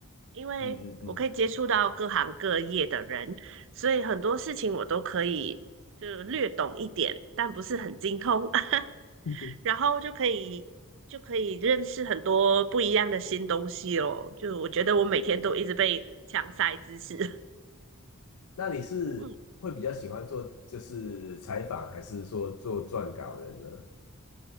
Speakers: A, on the right; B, on the left.
A: 因为我可以接触到各行各业的人，
B: 嗯嗯嗯，
A: 所以很多事情我都可以就略懂一点，但不是很精通。<laughs>
B: 嗯
A: 然后就可以就可以认识很多不一样的新东西咯。就我觉得我每天都一直被强塞知识。<laughs>
B: 那你是会比较喜欢做就是采访，
A: 嗯
B: 还是说做撰稿人呢？